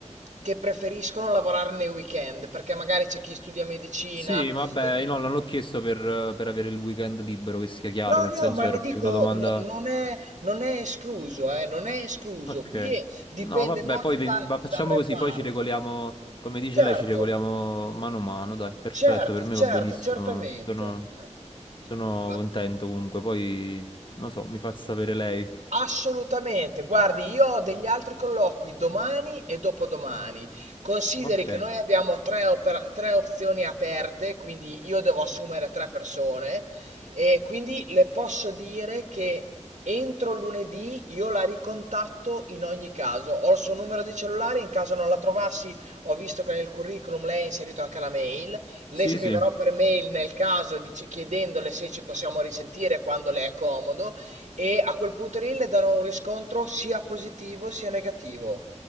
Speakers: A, on the right; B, on the left.
A: che preferiscono lavorare nei weekend, perché magari c'è chi studia medicina
B: Sì, vabbè,
A: e quindi
B: io no, non l'ho chiesto per, per avere il weekend libero, che sia chiaro,
A: No,
B: nel
A: no,
B: senso
A: ma
B: era
A: le dico,
B: più una domanda...
A: no- non è, non è escluso, eh, non è escluso.
B: Ok.
A: Qui è- dipende
B: No, vabbè,
A: molto
B: poi ven-
A: dal,
B: va- facciamo
A: dal reparto.
B: così, poi ci regoliamo, come dice
A: Certo,
B: lei, ci regoliamo mano a mano, dai, perfetto,
A: certo,
B: per me
A: certo,
B: va benissimo,
A: certamente.
B: sono,
A: Eh,
B: sono
A: eh,
B: contento comunque, poi, non so, mi fa sapere lei.
A: Assolutamente. Guardi, io ho degli altri colloqui domani e dopodomani. Consideri
B: Ok,
A: che noi abbiamo tre, opera- tre opzioni aperte, quindi io devo assumere tre persone e quindi le posso dire che entro lunedì io la ricontatto in ogni caso. Ho il suo numero di cellulare, in caso non la trovassi, ho visto che nel curriculum lei ha inserito anche la mail. Le
B: sì,
A: scriverò
B: sì,
A: per mail nel caso dic- chiedendole se ci possiamo risentire quando le è comodo e a quel punto lì le darò un riscontro sia positivo sia negativo.